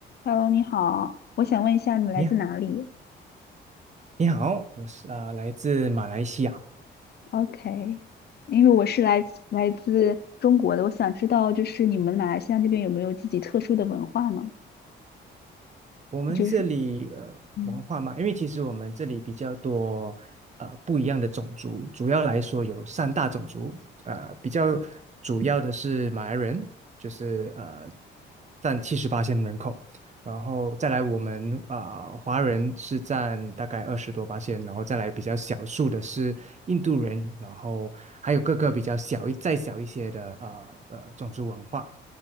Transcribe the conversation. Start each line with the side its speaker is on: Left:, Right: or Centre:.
Left: Hello，你好，我想问一下你来自哪里
Right: 你好，你好，我是啊、呃来自马来西亚。
Left: ？OK，因为我是来自来自中国的，我想知道就是你们马来西亚那边有没有自己特殊的文化吗？
Right: 我们这里呃文化嘛，
Left: 就是，嗯，
Right: 因为其实我们这里比较多呃不一样的种族，主要来说有三大种族，呃比较主要的是马来人，就是呃占七十八线人口，然后再来我们啊、呃华人是占大概二十多八线，然后再来比较少数的是印度人，然后还有各个比较小一再小一些的呃呃种族文化。